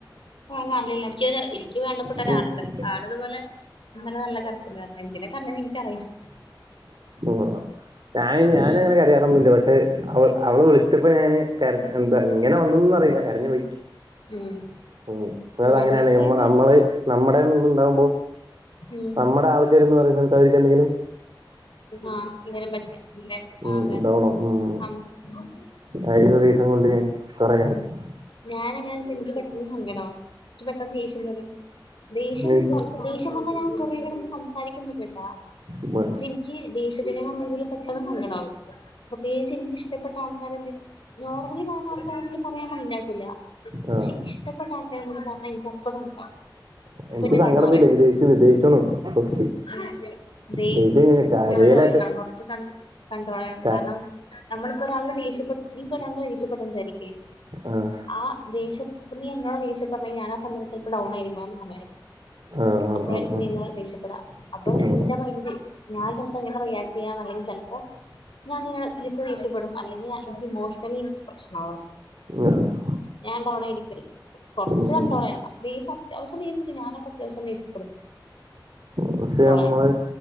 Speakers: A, on the left; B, on the right.
A: കാൺലില്ല ഇൻക്കി ഒര ഇൻക്കി വേണ്ടപ്പെട്ട
B: ആ
A: ഒരാള്ണ്ട് ആള് ഇതുപോലെ ഇന്നലെ നല്ല കരച്ചിലായിരുന്നു എന്തിനാ കര്ഞ്ഞേന്ന് ഇൻക്കറിയില്ല.
B: ഉം ആ ഞാ അയിന് ഞാനങ്ങനെ കരയാറൊന്നില്ല പക്ഷെ അവ അവള് വിളിച്ചപ്പം ഞാൻ അങ്ങനെ കര്ഞ്ഞ് എന്തായാലും ഇങ്ങനെ വന്നന്ന്റിയില്ല കരഞ്ഞു പോയി.
A: ഉം
B: ഉം അതങ്ങനെയാണേ
A: ഞങ്ങക്ക്
B: നമ്മള
A: പിന്നെ
B: നമ്മള് നമ്മുടെന്ന്ന്ന് ഇണ്ടാവുമ്പോ
A: ഉം
B: നമ്മടെ ആൾക്കാര് എന്ന് പറയുന്നത് <unintelligible> എന്തങ്കിലും
A: ആ ഇന്നേരം പറ്റിയ ഇന്നേരം
B: ഉം
A: ആ അതെ
B: ഡൗണാവും ഉം
A: അം ഉം
B: <unintelligible> റീസൺ കൊണ്ട് ഞാൻ കൊറെ കരഞ്ഞു
A: ഉം ഞാനങ്ങനാച്ച എനിക്ക് പെട്ടെന്ന് സങ്കടാവും എനിക്ക് പെട്ടെന്ന് ദേഷ്യം വരും. ദേഷ്യം
B: എനിക്ക്
A: ദേഷ്യം വന്ന് ഞാൻ കൊറെ കടന്ന് സംസാരിക്കുന്നു കേട്ടാ.
B: മരാ
A: ഇൻക്കി ദേഷത്തിനേക്കാളും കൂടുതൽ പെട്ടെന്ന് സങ്കടാവും. പ്രത്യേകിച്ച് ഇൻക്കിഷ്ടപ്പെട്ട ആൾക്കാരെ എന്തേലും നോർമലി <unintelligible> <unintelligible> പറയാൻ മൈഡാക്കുല്ല
B: ആ
A: പക്ഷെ
B: ആ,
A: ഇഷ്ടപ്പെട്ട ആൾക്കാരും കൂടുതൽ പർഞ്ഞ എനിക്ക് അപ്പ സങ്കടാവും. അപ്പ
B: എനിക്ക്
A: എന്റെ
B: സങ്കടം
A: കണ്ണ്
B: വരില്ല എനിക്ക് ദേഷ്യം വെരും ദേഷ്യാണ് ഫസ്റ്റ്.
A: <unintelligible>
B: ചേച്ചിങ്ങനെ കരയിലൊക്കെ
A: കൊർച്ച് ക കൺട്രോളയ്യണം
B: ക
A: കാരണം നമ്മള്പ്പോ ഒരാളോട് ദേഷ്യപ്പെട്ട് നീ ഇപ്പോ ഒരാളോട് ദേഷ്യപ്പെട്ടന്ന് വിചാരിക്ക്
B: ആഹ്
A: ആ ദേഷ്യം എന്നോട് ദേഷ്യ പറ ഞാൻ ആ സമയത്ത് ഡൗൺ ആയിരിക്കണം സ
B: ആഹ്
A: അപ്പോഴായിരിക്കും
B: ആഹ് ആഹ്
A: നീന്ന് ദേഷ്യപ്പെടാ അപ്പൊ
B: ആഹ് ആഹ്
A: ഇന്റെ മൈൻഡ് ഞാൻ ചൽപ്പം എങ്ങനെ റിയാക്ട് ചെയ്യാൻല്ലെങ്കി ചിലപ്പോ ഞാൻ ന തിരിച്ച ദഷപ്പെും അല്ലെങ്കിൽ എനിക്ക് ഇമോഷണലി എനിക്ക് പ്രശ്നാവും
B: ഉം ആഹ്
A: ഞാൻണ്ടവടെ ഇരിക്കില്ല കൊറച്ച്
B: ഉം
A: കണ്ടോളയാണ്
B: ഉം ഉം
A: അത് ഈ ഔഷധീത് ഞാനക്കത്ത അത്യാവശ്യം ദേഷ്യപ്പെ
B: പക്ഷ നമ്മള്
A: ചെയ്യണം